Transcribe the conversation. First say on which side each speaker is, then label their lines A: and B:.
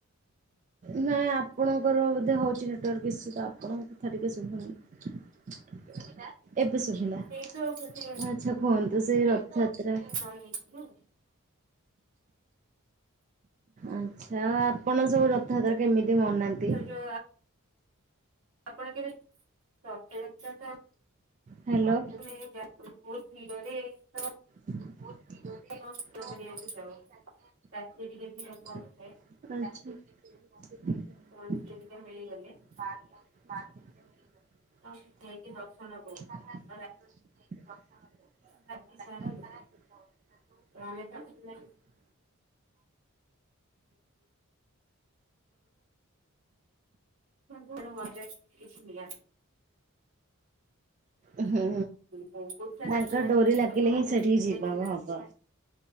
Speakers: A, on the right; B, on the right.
A: ନାଇଁ ଆପଣଙ୍କର ବଧେ ହଉଛି ନେଟୱାର୍କ ଇସୁ ତ ଆପଣ କଥା ଟିକେ ସୁଭୁନି ଏବେ ଶୁଭିଲା
B: ସେଇତ ବୋଧେ
A: ଆଛା କୁହନ୍ତୁ। ତ ସେ ରଥଯାତ୍ରା
B: ଜଣେଇଥିଲୁ
A: ଆଛା ଆପଣ ସବୁ ରଥଯାତ୍ରା କେମିତି ମନାନ୍ତି?
B: ସେ ଯୋଉ ଆପଣ କେବେ ରଥଯାତ୍ରା ତ
A: ହ୍ୟାଲୋ
B: <unintelligible>
A: ଆଚ୍ଛା। ହୁଁ
B: <unintelligible> <unintelligible> ହଉ ଯାଇକି ଦର୍ଶନ କରୁ ବାକି ସାରାଲୋକ ଆମେ ଯାଇଥିଲ
A: <inaudible>
B: ଧର ମଜା କିଛି ମି
A: <inaudible> ହୁଁ
B: ବହୁତ ସାରା
A: ତାଙ୍କ
B: ସୁନା
A: ଡୋରି
B: ଦେଇକି
A: ଲାଗିଲେ
B: ସଜବାଜ
A: ହିଁ ସେଠିକି
B: ହେଇଥିବେ
A: ଯିବା
B: ଯେମିତି
A: ହବ।